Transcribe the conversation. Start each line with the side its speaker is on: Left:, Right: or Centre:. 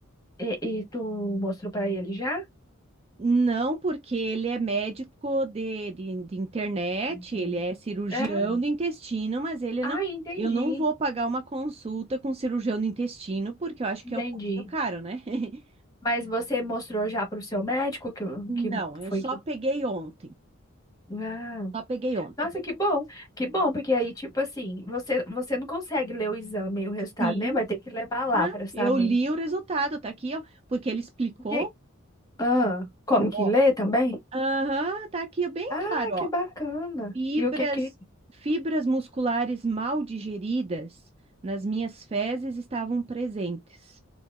Left: E, e tu mostrou para ele já?
Right: Não, porque ele é médico de, de, de internet,
Left: Uhum.
Right: ele é cirurgião
Left: É?
Right: do intestino, mas ele
Left: Ah,
Right: não.
Left: entendi.
Right: Eu não vou pagar uma consulta com cirurgião do intestino, porque eu acho que
Left: Entendi.
Right: é um pouquinho caro, né? <laughs>
Left: Mas você mostrou já para o seu médico que, que
Right: Não, eu
Left: foi
Right: só
Left: que.
Right: peguei ontem.
Left: Ah.
Right: Só peguei ontem.
Left: Nossa, que bom, que bom, porque aí, tipo assim, você, você não consegue ler o exame e o resultado,
Right: Sim,
Left: né? Vai ter que levar lá
Right: né?
Left: para saber.
Right: Eu li o resultado, tá aqui, ó, porque ele explicou.
Left: E que- ah, como
Right: Ó,
Left: que lê também?
Right: Aham, tá aqui bem
Left: Ah,
Right: claro, ó.
Left: que bacana.
Right: Fibras,
Left: E o que que.
Right: fibras musculares mal digeridas nas minhas fezes estavam presentes,